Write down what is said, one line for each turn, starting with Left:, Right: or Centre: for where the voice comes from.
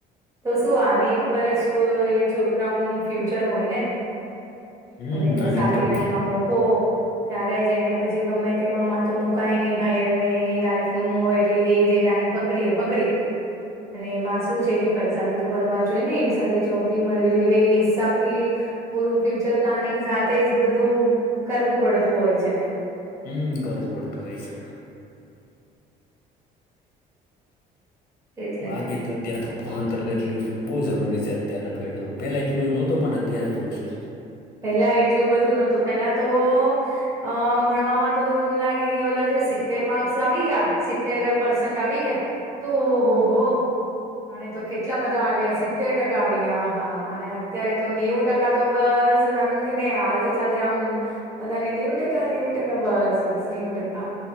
Right: તો શું આની ઉપર જ તો એ છોકરાઓ નુ ફ્યુચર હોય ને
Left: હમ
Right: તમે જે
Left: આની
Right: સારી
Left: ઉપર
Right: લાઈનમાં મૂકો ત્યારે જઈને પછી ગમે તેમા મા તો મુકાય નહી ભાઈ એની લાઈફ નું હોય એટલે એ જે લાઈન પકડી એ પકડી અને એમાં શું છે કે પૈસા બી તો બનવા જોઈએ ને એવી સારી જોબ બી મળવી જોઈએ એટલે એ હિસાબથી પૂરું ફ્યુચર પ્લાનિંગ સાથે જ બધું કરવું પડતું હોય છે.
Left: હમ કરવું પડતું હોય છે
Right: એટલે
Left: બાકી તો અત્યાંરે તો ભણતર તો એટલે બહુ જરૂરી છે અત્યારના ફિલ્ડમાં પેલા એટલું બધું નહોતું પણ અત્યારે બહુ છે
Right: પેલા એટલું બધું નતું પેલા તો અ.. ભણવામાં તો એમ લાગે કે ઓ જો <inaudible> માર્ક્સ આવી ગયા સિતતેર પર્સેન્ટ આવી ગયા તોહ ઓ હો હો આને તો કેટલા બધા આવ્યા સર <inaudible> ટકા આવી ગયા હા હા અને અત્યારે તો નેવું ટકા તો બસ એમ એમ કેય ને હાલતી ચાલતી આમ બધા ને નેવું ટકા નેવું ટકા બસ બસ નેવું ટકા